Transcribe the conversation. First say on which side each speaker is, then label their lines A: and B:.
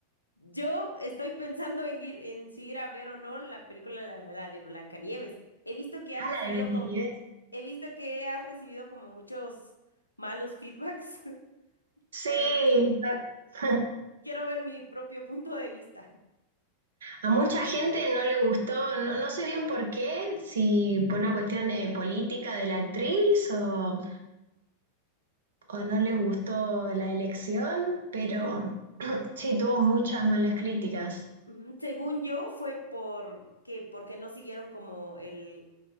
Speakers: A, on the left; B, on the right.
A: yo estoy pensando en ir, en si ir a ver o no la película la, la de Blancanieves. He visto que has
B: Ah,
A: recibido
B: la de Blancanieves.
A: como, he visto que has recibido como muchos malos feedbacks, <laughs>
B: Sí,
A: pero
B: a, <laughs>
A: quiero ver mi propio punto de vista.
B: a mucha gente no le gustó, no, no sé bien por qué, si por una cuestión de política de la actriz o, o no le gustó la elección, pero <clears throat> sí tuvo muchas malas críticas.
A: Ujú, Según yo, fue por que porque no siguieron como el